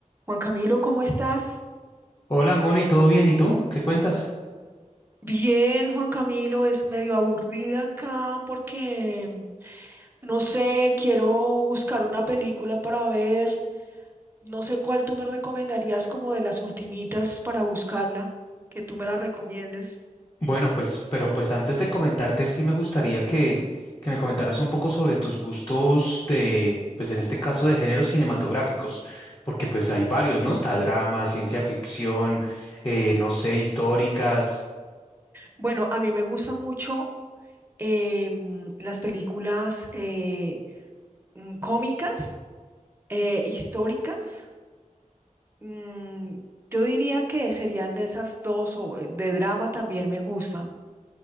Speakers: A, on the right (about 15°); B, on the left (about 30°).
A: Juan Camilo, ¿cómo estás?
B: Hola Moni, ¿todo bien? ¿Y tú? ¿Qué cuentas?
A: Bien, Juan Camilo, es medio aburrida acá porque, no sé, quiero buscar una película para ver. No sé cuál tú me recomendarías como de las ultimitas para buscarla, que tú me la recomiendes.
B: Bueno, pues, pero pues antes de comentarte, sí me gustaría que, que me comentaras un poco sobre tus gustos de, pues en este caso, de géneros cinematográficos, porque pues hay varios, ¿no? Está drama, ciencia ficción, eh, no sé, históricas.
A: Bueno, a mí me gustan mucho em, las películas eh, mm, cómicas, eh, históricas. Mm, yo diría que serían de esas dos, o eh, de drama también me gustan.